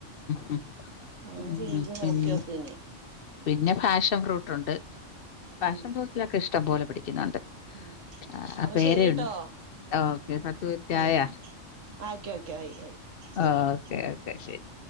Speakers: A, on the left; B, on the right.
A: ഉം
B: അങ്ങനെ ചെയ്തു
A: ഉം പിന്നെ
B: നോക്കിയോക്ക് ഇനി
A: പിന്നെ ഫാഷൻ ഫ്രൂട്ടുണ്ട് ഫാഷൻ
B: ഉം
A: ഫ്രൂട്ടിലൊക്കെ ഇഷ്ട്ടം പോലെ പിടിക്കുന്നുണ്ട്.
B: ഉം
A: ആ
B: അപ്പൊ
A: പേരയുണ്ട്
B: ശരിയ്ട്ടോ
A: ഓക്കെ പത്ത് മിനിറ്റ്
B: സമയം
A: ആയാ
B: ഓക്കെ ഓക്കെ ആയി ആയി ശരി
A: ആഹ് ഓക്കെ ഓക്കെ ശരി